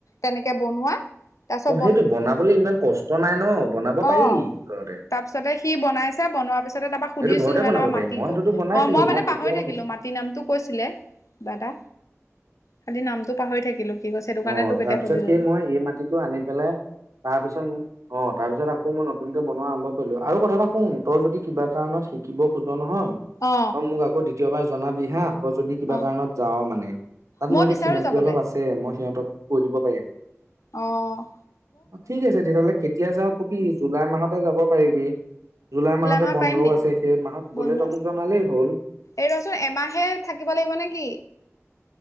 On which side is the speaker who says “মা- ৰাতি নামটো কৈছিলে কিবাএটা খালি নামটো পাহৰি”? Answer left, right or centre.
Left